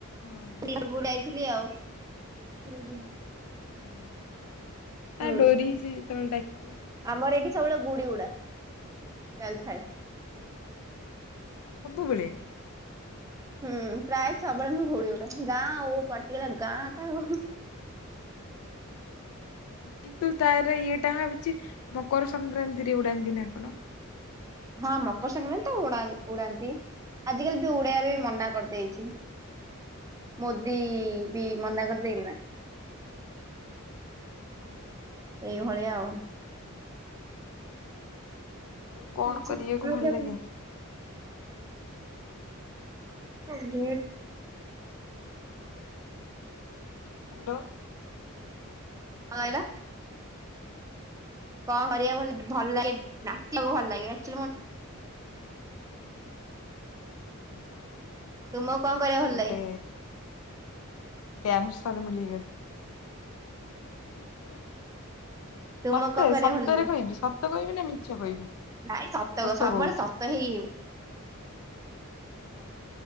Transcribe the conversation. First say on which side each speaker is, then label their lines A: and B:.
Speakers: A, on the left; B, on the right.
A: ହଁ
B: ନିରପୁର <inaudible> ଯାଇଥିଲି ଆଉ। <inaudible>
A: ଉଁ
B: ହୁଁ
A: ଆ ଡୋରି <inaudible>
B: ଆମର ଏଠି ସବୁବେଳେ ଗୁଡି ଉଡା। ଚାଲି ଥାଏ।
A: ସବୁବେଳେ।
B: ହୁଁ ପ୍ରାୟ ସବୁବେଳେ ମୁଁ ଗୁଡ଼ି
A: ହ୍ୟାଲୋ
B: ଉଡାଏ ଗାଁ ଆଉ। ପଟିଗଲା ଗାଁ ଟା ଆଉ।
A: କିନ୍ତୁ ତାର ଇଏଟା ହଉଛି ମକର ସଂକ୍ରାନ୍ତିରେ ଉଡାନ୍ତି ନା କଣ।
B: ହଁ ମକର ସଂକ୍ରାନ୍ତି ରେ ତ ଉଡା ଉଡାନ୍ତି ।ଆଜିକାଲି ଉଡେଇଆ ବି ମନା
A: ହଁ।
B: କରିଦେଇଛି। ମୋଦି
A: ହୁଁ
B: ବି ମନା କରିଦେଇନି ନା।
A: ହଁ ହଁ
B: ଏଇ ଭଳିଆ ଆଉ।
A: ଆଉ କଣ
B: ଆଚ୍ଛା
A: କରିବାକୁ
B: ହଳଦିଆ
A: ଭଲ ଲାଗେ।
B: ହଉ ବ <inaudible> <inaudible> <inaudible>
A: ହ୍ୟାଲୋ।
B: ହାଲୋ। କଣ କରିବାକୁ ଭଲ ଭଲ ଲାଗେ ନାଚିବାକୁ ଭଲ ଲାଗେ। <inaudible>
A: ଯାହା ଆମର
B: ତୁମକୁ କଣ କରିବାକୁ ଭଲ
A: ଗୋଟେ
B: ଲାଗେ?
A: ଡାନ୍ସ ତ ମିଳି <inaudible>
B: ତୁମକୁ
A: ମତେ
B: କଣ କରିବାକୁ
A: ସତରେ
B: ଭଲ ଲାଗେ?
A: କହିବି ସତ କହିବି ନା ମିଛ କହିବି
B: ନାଇଁ
A: ସତ
B: ସବୁବେଳେ
A: କହୁଛି
B: ସତ ହେଇ
A: ହଁ